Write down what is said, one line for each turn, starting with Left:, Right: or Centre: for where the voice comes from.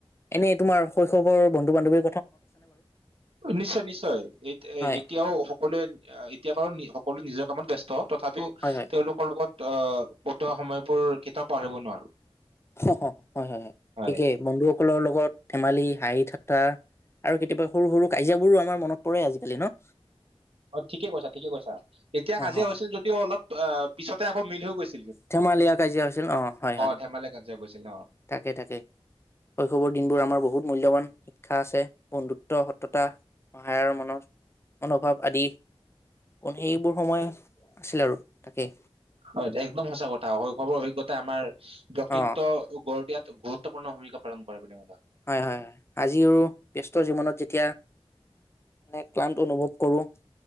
Left: এনেই তোমাৰ শৈশৱৰ বন্ধু বান্ধৱী
Right: নিশ্চয় নিশ্চয় এ
Left: হয়
Right: এতিয়াও সকলোৱে এতিয়া বাৰু সকলোৱে নিজক কামত ব্যস্ত তথাপিও
Left: হয় হয়
Right: তেওঁলোকৰ লগত অ বন্ধু ত সময়বোৰ কেতিয়াও পাহৰিব নোৱাৰো।
Left: হয়-হয়-হয়,
Right: হয়
Left: ঠিকেই বন্ধু। সকলৰ লগত ধেমালি, হাঁহি, ঠাট্টা আৰু কেতিয়াবা সৰু-সৰু কাজিয়াবোৰো আমাৰ মনত পৰে আজিকালি ন?
Right: অ, ঠিকে- কৈছা, ঠিকে- কৈছা, তেতিয়া
Left: অ
Right: কাজিয়া
Left: অ
Right: হৈছিল যদিও অলপ অ, পিছতে আকৌ মিল হৈ গৈছে।
Left: ধেমালিয়া কাজিয়া হৈছিল, অ হয়-হয়,
Right: ধেমালি কাজিয়া গৈছিল অ
Left: তাকে- তাকে, শৈশৱৰ দিনবোৰ আমাৰ বহুত মূল্যবান শিক্ষা আছে বন্ধুত্ব। স সততা, সহায়ৰ মনৰ মনোভাৱ আদি অকল সেইবোৰ সময় আছিল আৰু তাকেই
Right: হয়, একদম সঁচা কথা শৈশৱৰ অভিজ্ঞতা আমাৰ ব্যক্তিত্ব
Left: অ
Right: গঢ় দিয়াত গুৰুত্বপূৰ্ণ ভূমিকা পালন কৰে বুলি ম‌ই ভাৱো।
Left: হয়-হয়, আজিও, ব্যস্ত জীৱনত যেতিয়া মানে ক্লান্ত অনুভৱ কৰোঁ,